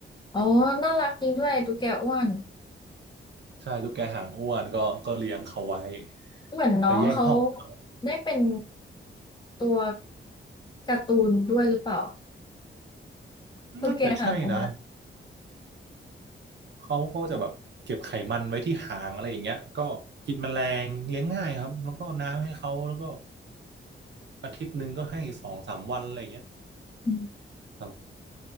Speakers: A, on the left (about 20°); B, on the right (about 60°).
A: อ๋อน่ารักจริงด้วยตุ๊กแกอ้วน
B: ใช่ตุ๊กแกหางอ้วนก็ก็เลี้ยงเขาไว้
A: เหมือนน้องเขา
B: แต่แยกห้องครับ
A: ได้เป็นตัวการ์ตูนด้วยหรือเปล่าตุ๊กแกหางออกมา
B: น่าจะใช่นะเขาก็จะแบบเก็บไขมันไว้ที่หางอะไรอย่างเงี้ยก็กินแมลงเลี้ยงง่ายครับแล้วก็น้ำให้เขาแล้วก็อาทิตย์หนึ่งก็ให้สองสามวันอะไรอย่างเงี้ย
A: อืม
B: ครับ